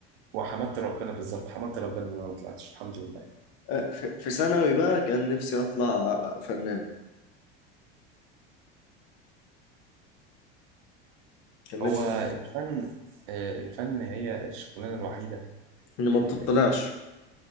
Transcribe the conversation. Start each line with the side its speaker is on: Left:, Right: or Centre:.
Right: وحمدت ربنا بالظبط حمدت ربنا إن أنا ما طلعتش الحمد لله
Left: آه، في في ثانوي بقى كان نفسي اطلع فنان كان نفسي
Right: هو الفن آه، الفن هي الشغلانة الوحيدة
Left: اني ما
Right: ال-
Left: بتطلعش